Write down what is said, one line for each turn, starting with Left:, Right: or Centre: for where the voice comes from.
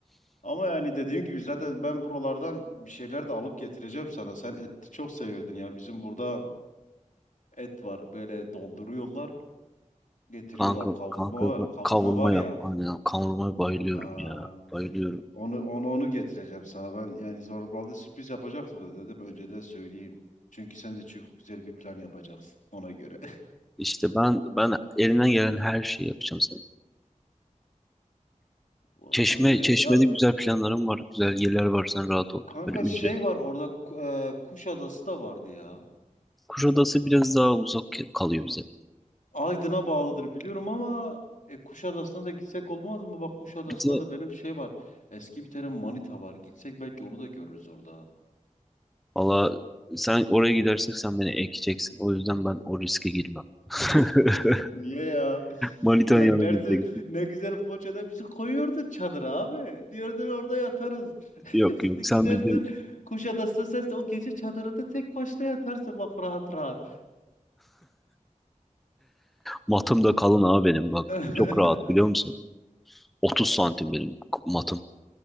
Left: Ama yani dediğim gibi zaten ben buralardan bir şeyler de alıp getireceğim sana. Sen eti çok seviyordun ya. Bizim burada et var. Böyle donduruyorlar, getiriyorlar.
Centre: Kanka,
Left: Kavurma
Centre: kanka
Left: kavurma
Centre: kavurma
Left: var ya.
Centre: yap. Aynen kavurmaya bayılıyorum
Left: Aa.
Centre: ya. Bayılıyorum.
Left: Onu onu onu getireceğim sana. Ben yani zorbalda sürpriz yapacaktım da dedim önceden söyleyeyim. Çünkü sen de çok güzel bir plan yapacaksın ona göre.
Centre: İşte ben ben elimden gelen her şeyi yapacağım sana.
Left: <laughs> Vallahi
Centre: Çeşme,
Left: öyle.
Centre: Çeşme'de
Left: Ya
Centre: güzel planlarım var. Güzel yerler var sen rahat ol.
Left: kanka
Centre: Böyle ücret.
Left: şey var orada Ku- e, Kuşadası da vardı ya.
Centre: Kuşadası biraz daha uzak kalıyor bize.
Left: Aydın'a bağlıdır biliyorum ama e, Kuşadası'na da gitsek olmaz mı? Bak Kuşadası'nda
Centre: Bir de
Left: da benim şey var. Eski bir tane manita var. Gitsek belki onu da görürüz orada.
Centre: valla sen oraya gidersek sen beni ekeceksin. O yüzden ben o riske girmem. <laughs>
Left: Niye ya?
Centre: Manitan
Left: Beklersin.
Centre: yanına gideceksin.
Left: Ne güzel Foça'da bizi koyuyordun çadıra abi. Diyordun orada yatarız. <laughs>
Centre: Yok yok sen
Left: Gidersin
Centre: bizim
Left: Kuşadası'na sen de o gece çadırında tek başına yatarsın bak rahat rahat.
Centre: matım da kalın abi benim bak.
Left: <laughs>
Centre: Çok rahat biliyor musun? 30 santim benim matım.